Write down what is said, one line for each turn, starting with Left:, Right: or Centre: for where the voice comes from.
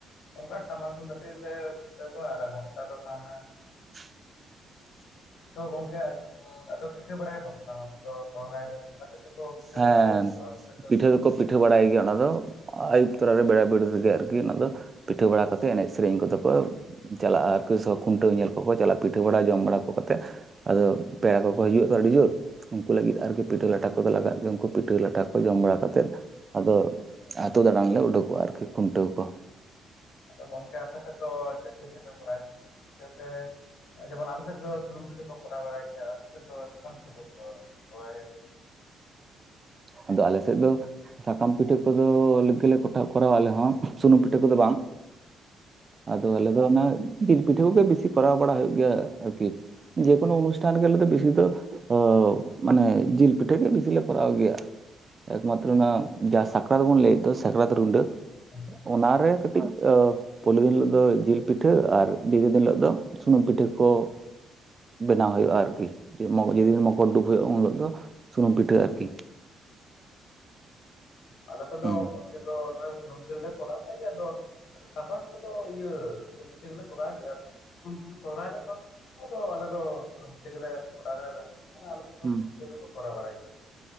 Left: ᱚᱝᱠᱟ ᱴᱟᱢᱟᱠ ᱛᱩᱢᱫᱟᱹᱜ ᱛᱮᱜᱞᱮ ᱠᱷᱩᱱᱴᱟᱹᱣ ᱠᱚᱣᱟ ᱟᱨ ᱦᱟᱨᱛᱟ ᱫᱚ ᱛᱟᱦᱮᱱᱟ᱾
Right: ᱥᱚᱺᱧ
Left: ᱛᱚ ᱜᱚᱝᱠᱮ ᱟᱫᱚ ᱯᱤᱴᱷᱟᱹ ᱵᱟᱲᱟᱭᱟᱠᱚ ᱥᱮ ᱵᱟᱝ ᱟᱯᱮ ᱥᱚᱦᱨᱟᱭ ᱨᱮ ᱟᱞᱮ ᱥᱮᱫ ᱫᱚᱠᱚ ᱯᱤᱴᱷᱟᱹ
Right: ᱦᱮᱸ
Left: ᱵᱟᱲᱟᱭ ᱜᱮᱭᱟ ᱛᱚ ᱟᱯᱮ ᱥᱮᱫ
Right: ᱯᱤᱴᱷᱟᱹ
Left: ᱫᱚ᱾
Right: ᱫᱚᱠᱚ ᱯᱤᱴᱷᱟᱹ ᱵᱟᱲᱟᱭ ᱜᱮᱭᱟ ᱚᱱᱟᱫᱚ ᱟᱭᱩᱵ ᱛᱚᱨᱟᱨᱮ ᱵᱮᱲᱟ ᱵᱤᱲᱤ ᱨᱮᱜᱮ ᱟᱨᱠᱤ ᱚᱱᱟ ᱫᱚ᱾ ᱯᱤᱴᱦᱟᱹ ᱵᱟᱲᱟ ᱠᱟᱛᱮᱫ ᱮᱱᱮᱡ ᱥᱮᱨᱮᱧ ᱠᱚᱫᱚ ᱠᱚ ᱪᱟᱞᱟᱜᱼᱟ ᱟᱨᱠᱤ ᱥᱮ ᱠᱷᱩᱱᱴᱟᱹᱣ ᱧᱮᱞ ᱠᱚᱠᱚ ᱪᱟᱞᱟᱜᱼᱟ ᱯᱤᱴᱷᱟᱹ ᱵᱟᱲᱟ ᱡᱚᱢ ᱵᱟᱲᱟ ᱠᱚ ᱠᱟᱛᱮᱫ᱾ ᱟᱫᱚ ᱯᱮᱲᱟ ᱠᱚᱠᱚ ᱦᱤᱡᱩᱜ-ᱟ ᱛᱚ ᱟᱹᱰᱤ ᱡᱳᱨ ᱩᱱᱠᱩ ᱞᱟᱹᱜᱤᱫ ᱟᱨᱠᱤ
Left: ᱦᱩᱸ
Right: ᱯᱤᱴᱷᱟᱹ ᱞᱟᱴᱷᱟ ᱠᱚ᱾ ᱠᱚᱫᱚ ᱞᱟᱜᱟᱜ ᱜᱮᱭᱟ ᱩᱝᱠᱩ ᱯᱤᱴᱷᱟᱹ ᱞᱟᱴᱷᱟ ᱠᱚ ᱡᱚᱢ ᱵᱟᱲᱟ ᱠᱟᱛᱮᱫ ᱟᱫᱚ ᱟᱛᱩ ᱫᱟᱬᱟᱱ ᱞᱮ ᱩᱰᱩᱠᱚᱜᱼᱟ ᱟᱨᱠᱤ ᱠᱦᱩᱱᱴᱟᱹᱣ ᱠᱚ᱾
Left: ᱟᱫᱚ ᱜᱚᱝᱠᱮ ᱟᱯᱮ ᱥᱮᱫ ᱫᱚ ᱪᱮᱫ ᱯᱤᱴᱷᱟᱹ ᱯᱮ ᱠᱚᱨᱟᱣ ᱜᱮᱭᱟ ᱥᱩᱱᱩᱢ ᱯᱤᱴᱷᱟᱹ ᱥᱮ ᱡᱮᱢᱚᱱ ᱟᱞᱮ ᱥᱮᱫ ᱫᱚ ᱥᱩᱱᱩᱢ ᱯᱤᱴᱦᱟᱹ ᱠᱚ ᱠᱚᱨᱟᱣ ᱵᱟᱲᱟᱭ ᱜᱮᱭᱟ ᱟᱯᱮ ᱥᱮᱫ ᱫᱚ ᱥᱟᱠᱟᱢ ᱯᱤᱴᱷᱟᱹ ᱠᱚ ᱠᱚᱨᱟᱣ ᱵᱟᱲᱟᱭ ᱜᱮᱭᱟ᱾ ᱦᱳᱭᱮ
Right: ᱟᱫᱚ ᱟᱞᱮᱥᱮᱫ ᱫᱚ᱾ ᱥᱟᱠᱟᱢ ᱯᱤᱴᱷᱟᱹ ᱠᱚᱫᱚ ᱟᱞᱮᱠ ᱜᱮᱞᱮ ᱠᱚᱴᱟᱣ ᱠᱚᱨᱟᱣᱟ ᱟᱞᱮ ᱦᱚᱸ ᱥᱩᱱᱩᱢ ᱯᱤᱴᱷᱟᱹ ᱠᱚᱫᱚ ᱵᱟᱝ ᱟᱫᱚ ᱟᱞᱮ ᱫᱚ ᱚᱱᱟ ᱡᱤᱞ ᱯᱤᱴᱷᱟᱹ ᱠᱚᱜᱮ ᱵᱤᱥᱤ ᱠᱚᱨᱟᱣ ᱵᱟᱲᱟ ᱦᱩᱭᱩᱜ ᱜᱮᱭᱟ ᱟᱨᱠᱤ᱾ ᱡᱮ ᱠᱚᱳᱚ ᱚᱱᱩᱥᱴᱷᱟᱱ ᱨᱮᱜᱮ ᱟᱞᱮ ᱫᱚ ᱵᱤᱥᱤ ᱫᱚ ᱦᱳ, ᱢᱟᱱᱮ ᱡᱤᱞ ᱯᱤᱴᱷᱟᱹ ᱜᱮ ᱵᱤᱥᱤ ᱞᱮ ᱠᱚᱨᱟᱣ ᱜᱮᱭᱟ᱾ ᱮᱠᱢᱟᱛᱨᱚ ᱚᱱᱟ ᱡᱟᱦᱟ ᱥᱟᱠᱨᱟᱛ ᱵᱚᱱ ᱞᱟᱹᱭᱮᱫ ᱫᱚ ᱥᱟᱠᱨᱟᱛ ᱨᱩᱸᱰᱟᱹ
Left: ᱦᱮᱸ
Right: ᱚᱱᱟᱨᱮ ᱠᱟᱹᱴᱤᱡ᱾ ᱟ ᱯᱳᱭᱞᱳ ᱫᱤᱱ ᱦᱤᱞᱳᱜ ᱫᱚ ᱡᱤᱞ ᱯᱤᱴᱷᱟᱹ ᱟᱨ <unintelligible> ᱫᱤᱱ ᱦᱤᱞᱳᱜ ᱫᱚ ᱥᱩᱱᱩᱢ ᱯᱤᱴᱦᱟᱹᱠᱚ᱾ ᱵᱮᱱᱟᱣ ᱦᱩᱭᱩᱜᱼᱟ ᱟᱨᱠᱤ ᱡᱮᱫᱤᱱ ᱢᱚᱠᱚᱨ ᱰᱩᱵ ᱦᱩᱭᱩᱜᱼᱟ ᱩᱱ ᱦᱤᱞᱳᱜ ᱫᱚ᱾ ᱥᱩᱱᱩᱢ ᱯᱤᱴᱷᱟᱹ ᱟᱨᱠᱤ᱾
Left: ᱟᱞᱮ ᱥᱮᱫ ᱫᱚ
Right: ᱦᱩᱸ
Left: ᱜᱚᱢᱠᱮ ᱫᱚ ᱥᱩᱱᱩᱢ ᱜᱮᱞᱮ ᱠᱚᱨᱟᱣ ᱠᱮᱫ ᱜᱮ ᱟᱫᱚ ᱥᱟᱠᱨᱟᱛ ᱠᱚᱫᱚ ᱤᱭᱟᱹ ᱪᱮᱫᱟᱜ ᱜᱮᱞᱮ ᱠᱚᱨᱟᱣ ᱜᱮᱭᱟ ᱥᱚᱨᱦᱟᱭ ᱨᱮᱫᱚ ᱟᱫᱚ ᱟᱞᱮ ᱫᱚ ᱥᱩᱱᱩᱢ ᱯᱤᱴᱷᱟᱹ ᱜᱮᱞᱮ ᱠᱚᱨᱟᱣ ᱫᱟᱲᱮᱟᱭᱟᱜ ᱟᱞᱮ ᱥᱮᱫ ᱫᱚ
Right: ᱦᱩᱸ
Left: ᱥᱩᱱᱩᱢ ᱯᱤᱴᱦᱟᱹ ᱜᱮᱠᱚ ᱠᱚᱨᱟᱣ ᱵᱟᱲᱟᱭ ᱜᱮᱭᱟ ᱾